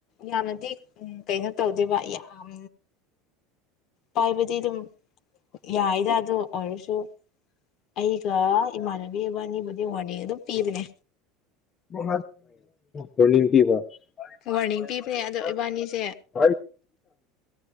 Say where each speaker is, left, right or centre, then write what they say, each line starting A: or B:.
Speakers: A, on the left; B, on the left.
A: ꯌꯥꯝꯅꯗꯤ ꯎꯝ ꯀꯩꯅꯣ ꯇꯧꯗꯦꯕ ꯌꯥꯝ__ ꯄꯥꯏꯕꯗꯤ ꯑꯗꯨꯝ ꯌꯥꯏꯗ ꯑꯗꯨ ꯑꯣꯏꯔꯁꯨ ꯑꯩꯒ ꯏꯃꯥꯟꯅꯕꯤ ꯑꯕꯅꯤꯕꯨꯗꯤ ꯋꯥꯔꯅꯤꯡ ꯑꯗꯨꯝ ꯄꯤꯕꯅꯦ
B: ꯑꯣ ꯋꯥꯔꯅꯤꯡ ꯄꯤꯕ <unintelligible>
A: ꯋꯥꯔꯅꯤꯡ ꯄꯤꯕꯅꯦ ꯑꯗꯣ ꯏꯕꯥꯅꯤꯁꯦ